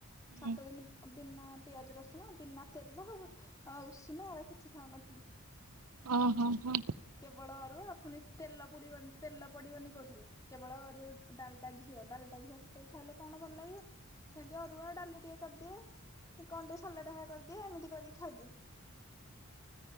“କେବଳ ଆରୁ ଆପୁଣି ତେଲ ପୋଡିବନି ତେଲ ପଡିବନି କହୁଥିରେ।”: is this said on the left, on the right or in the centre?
Left